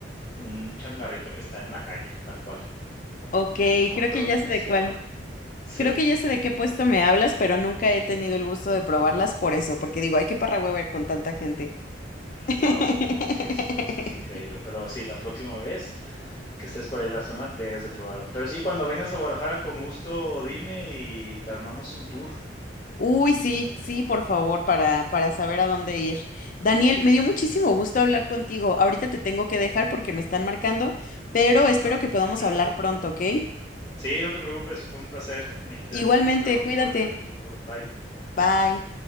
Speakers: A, on the left (about 25°); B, on the left (about 45°).
A: un changarrito que está en la calle, tal cual.
B: Ok,
A: Pero no me
B: creo
A: acuerdo
B: que ya
A: cómo
B: sé de
A: se
B: cuál.
A: llama. Sí,
B: Creo que ya sé de qué puesto me hablas, pero nunca he tenido el gusto de probarlas por eso, porque digo, ay, qué parra hueva con tanta gente. <laughs>
A: wow, no, sí, es, no, es que es increíble. Pero sí, la próxima vez que estés por ahí en la zona, debes de probarlo. Pero sí, cuando vengas a Guadalajara, con gusto, dime y te armamos un tour.
B: Uy, sí, sí, por favor, para, para saber a dónde ir. Daniel, me dio muchísimo gusto hablar contigo. Ahorita te tengo que dejar porque me están marcando, pero espero
A: Va,
B: que podamos
A: sí, no
B: hablar
A: te
B: pronto, ¿ok?
A: Sí, no te preocupes, fue un placer, Nick. Te
B: Igualmente,
A: espero
B: cuídate.
A: por el Bye.
B: Bye.